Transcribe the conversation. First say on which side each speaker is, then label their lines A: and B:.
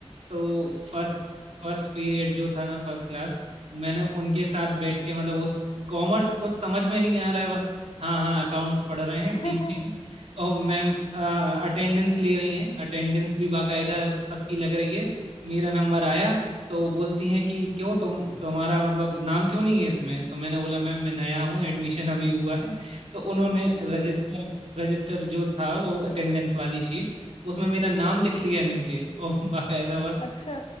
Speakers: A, on the right; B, on the left.
A: तो फर्स्ट फर्स्ट पीरियड जो था ना फर्स्ट क्लास मैंने उनके साथ बैठ के मतलब उस कॉमर्स कुछ समझ में नहीं आ रहा है बस हाँ हाँ अकाउंट्स पढ़ रहे हैं
B: हम्म
A: ठीक है और मैम अटेंडेंस ले रही हैं अटेंडेंस भी बाकायदा सबकी लग रही है मेरा नंबर आया तो बोलती हैं कि क्यों तुम तुम्हारा मतलब नाम क्यों नहीं है इसमें तो मैंने बोला मैम मैं नया हूँ एडमिशन अभी हुआ है तो उन्होंने रजिस्टर रजिस्टर जो था वो अटेंडेंस वाली शीट उसमें मेरा नाम लिख लिया नीचे और बाकायदा बस
B: <laughs> अच्छा